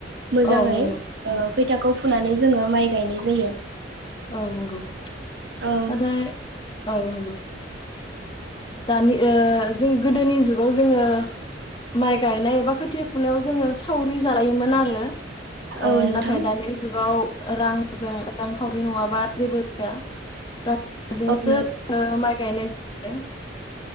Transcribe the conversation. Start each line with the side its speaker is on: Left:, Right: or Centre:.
Right: मोजाङै
Left: औ नंगौ
Right: ओ खैथाखौ फुनानै जोङो माइ गायनाय जायो।
Left: औ नंगौ
Right: ओ
Left: नाथाय औ नंगौ। दानि ओ जों गोदोनि जुगाव जोङो माइ गायनाय बा खोथिया फुनायाव जोङो सावरि जालायोमोन आरो
Right: औ
Left: ओ
Right: नोंथां
Left: नाथाय दानि जुगाव रांजों रांखावरि नङाबा जेबो जाया। रजोंसो
Right: औ नों
Left: <unintelligible> माइ गायनाय जा <unintelligible>